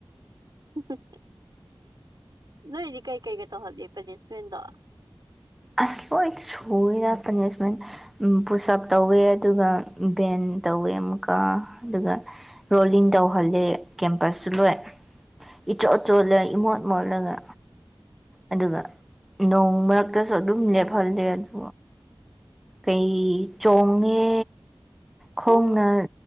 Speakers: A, on the right; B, in the centre.
A: ꯍꯨ ꯍꯨ ꯅꯣꯏꯗꯤ ꯀꯩ ꯀꯩꯒ ꯇꯧꯍꯜꯂꯤ ꯄꯦꯅꯤꯁꯃꯦꯟꯗꯣ꯫
B: ꯑꯁ ꯂꯣꯢ ꯁꯨꯏꯗ ꯄꯅꯤꯁꯃꯦꯟꯗꯤ ꯄꯨꯁꯑꯞ ꯇꯧꯋꯦ ꯑꯗꯨꯒ ꯚꯦꯟ ꯇꯧꯋꯦ ꯑꯃꯨꯛꯀ ꯑꯗꯨꯒ ꯔꯣꯜꯂꯤꯡ ꯇꯧꯍꯜꯂꯦ ꯀꯦꯝꯄꯁꯁꯨ ꯂꯣꯏ ꯏꯆꯣꯠ ꯆꯣꯠꯂ ꯏꯃꯣꯠ ꯃꯣꯠꯂꯒ ꯑꯗꯨꯒ ꯅꯣꯡ ꯃꯔꯛ ꯗꯁꯨ ꯑꯗꯨꯝ ꯂꯦꯞꯐꯜꯂꯦ ꯑꯗꯨ ꯀꯩ ꯆꯣꯡꯉꯦ ꯈꯣꯡꯅ
A: ꯑꯦ